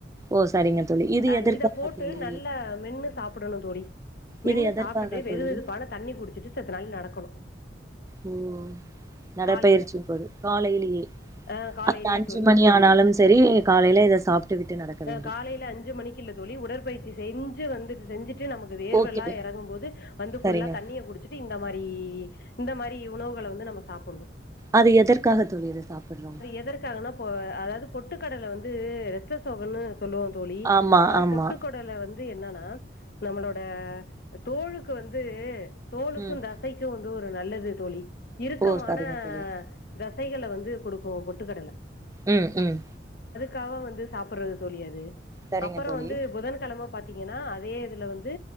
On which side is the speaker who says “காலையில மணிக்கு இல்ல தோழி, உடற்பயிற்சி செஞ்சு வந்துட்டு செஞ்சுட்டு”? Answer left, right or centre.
Left